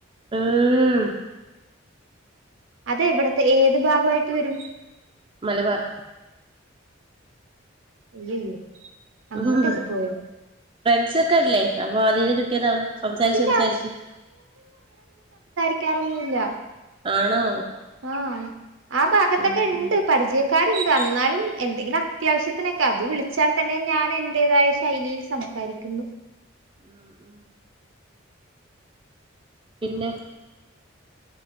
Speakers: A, on the right; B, on the right.
A: ഉം
B: അത്എവിടത്തെ ഏത് ഭാഗയിട്ട് വരും-
A: മലബാർ
B: അയ്യയ്യോ അങ്ങോട്ടൊക്കെ
A: ഉം
B: പോയോ
A: ഫ്രണ്ട്സ് അപ്പല്ലേ ആദ്യായിട്ട് കിട്ടിയതാവും സംസാരിച്ചു
B: ഇല്ല
A: സംസാരിച്ചു
B: സംസാരിക്കാർഒന്നുമില്ല
A: ആണോ
B: ആ ആ ഭാഗത്തൊക്കെ
A: ഉം
B: ഉണ്ട്
A: ഉം
B: പരിചയക്കാരർ ണ്ട് എന്നാലും എന്തെങ്കിലും അത്യാവശ്യത്തിനൊക്കെ അത് വിളിച്ചാൽ തന്നെ ഞാൻ എൻറേതായ ശൈലിയിൽ സംസാരിക്കുന്നു
A: ഉം ഉ പിന്നെ